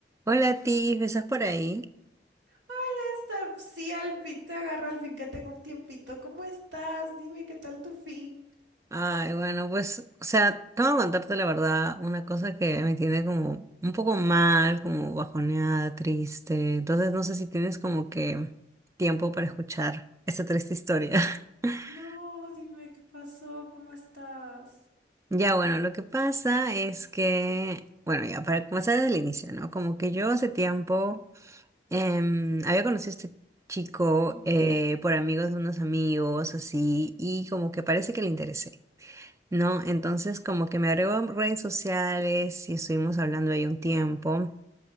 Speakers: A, on the right; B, on the right.
A: Hola, Tiff, ¿estás por ahí?
B: Hola Hasta, sí, al fin te agarro, al fin que tengo un tiempito. ¿Cómo estás? Dime, ¿qué tal tu fin?
A: Ay, bueno, pues, o sea, tengo que contarte la verdad, una cosa que me tiene como un poco mal, como bajoneada, triste. Entonces, no sé si tienes como que tiempo para escuchar esta triste historia. <laughs>
B: No, dime qué pasó, ¿cómo estás?
A: Ya, bueno, lo que pasa es que, bueno, ya para comenzar desde el inicio, ¿no? Como que yo hace tiempo em, había conocido a este chico
B: Mm,
A: eh, por amigos de unos amigos, así, y como que parece que le interesé. ¿no? Entonces como que me agregó a redes sociales y estuvimos hablando ahí un tiempo